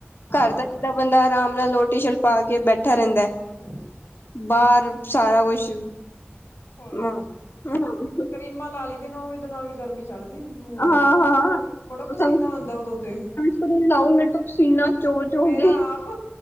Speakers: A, on the left (about 80°); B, on the left (about 60°).
A: ਹਾਂ
B: ਘਰ ਤਾਂ ਜਿੱਦਾਂ ਬੰਦਾ ਆਰਾਮ ਨਾਲ ਲੋਹਰ ਟੀ ਸ਼ਰਟ ਪਾ ਕੇ ਬੈਠਾ ਰਹਿੰਦਾ।
A: ਆਹੋ
B: ਬਾਹਰ ਸਾਰਾ ਕੁਛ
A: ਹੋਰ
B: ਹਾਂ
A: ਕੀ
B: ਹਾਂ।
A: ਕਰੀਮਾਂ ਲਾ ਲਈ ਦੇ ਨੇ ਉਹ ਵੀ ਉਹਦੇ ਨਾਲ ਵੀ ਗਰਮੀ ਚੜ੍ਹਦੀ ਮੂੰਹ ਤੇ
B: ਹਾਂ
A: ਬੜਾ ਪਸੀਨਾ
B: ਸਨ
A: ਆਂਦਾ ਉਦੋਂ ਤੇ
B: <unintelligible>
A: ਮੇਰਾ
B: ਕੇ
A: ਆਪ